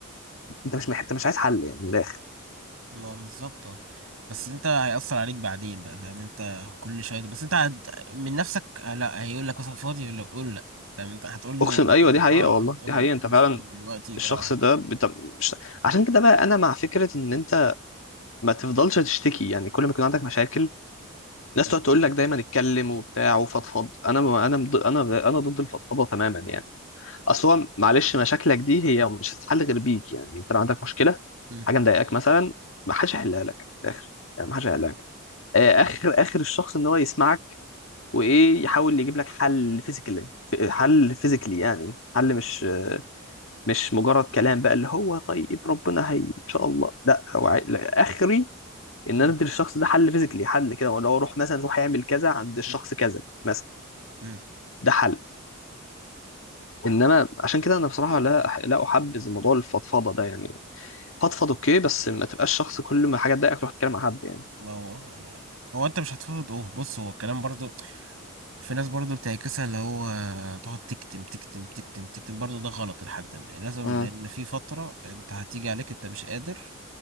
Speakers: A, on the left; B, on the right.
A: انت مش مح- انت مش عايز حل يعني من الاخر
B: ما هو بالظبط اه بس انت هيأثر عليك بعدين بقى فاهم انت كل شويه بس انت هت... من نفسك آه، لا هيقول لك مثلا فاضي ولا قول له لا فاهم انت هتقول
A: اقسم
B: له
A: ايوه دي حقيقه
B: اه
A: والله
B: هتقول
A: دي
B: له
A: حقيقه
B: لا
A: انت
B: مش
A: فعلا
B: فاضي دلوقتي
A: الشخص
B: ورايح
A: ده بت... مش... عشان كده بقى انا مع فكره ان انت ما تفضلش تشتكي يعني كل ما يكون عندك مشاكل الناس
B: مم.
A: تقعد تقول لك دايما اتكلم وبتاع وفضفض انا انا مض- انا انا ضد الفضفضه تماما يعني اصل هو معلش مشاكلك دي هي مش هتتحل غير بيك يعني انت لو عندك مشكله
B: مم.
A: حاجه مضايقاك مثلا ما حدش هيحلها لك في الاخر يعني ما حدش هيحلها
B: مم.
A: لك آه، اخر اخر الشخص ان هو يسمعك وايه يحاول يجيب لك حل فيزيكالي حل فيزيكالي يعني حل مش مش مجرد كلام بقى اللي هو طيب ربنا هي ان شاء الله لا هو عاي- لا، اخري ان
B: مم.
A: انا ادي للشخص ده حل فيزيكلي حل كده ولا هو روح مثلا روح يعمل كذا عند الشخص
B: مم.
A: كذا مثلا
B: مم.
A: ده حل انما عشان كده انا بصراحه لا أح- لا احبذ موضوع الفضفضه ده يعني فضفض اوكي بس ما تبقاش شخص كل ما حاجه تضايقك تروح تتكلم مع حد يعني
B: ما هو يعني هو انت مش هتفرض اوه بص هو الكلام برضو في ناس برضو بتعكسها اللي هو تقعد تكتم تكتم تكتم تكتم برضو ده غلط لحد ما يعني لازم
A: امم
B: لان في فترة انت هتيجي عليك انت مش قادر